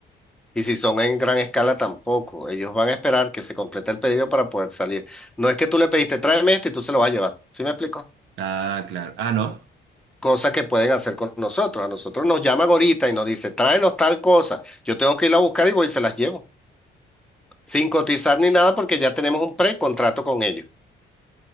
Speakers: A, in the centre; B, on the right.
A: Y si son en gran escala tampoco, ellos van a esperar que se complete el pedido para poder salir. No es que tú le pediste, tráeme esto y tú se lo vas a llevar. ¿Sí me explico?
B: Ah, claro. Ah, no.
A: Cosa que pueden hacer con nosotros. A nosotros nos llaman ahorita y nos dice tráenos tal cosa. Yo tengo que ir a buscar y voy y se las llevo. sin cotizar ni nada porque ya tenemos un precontrato con ellos.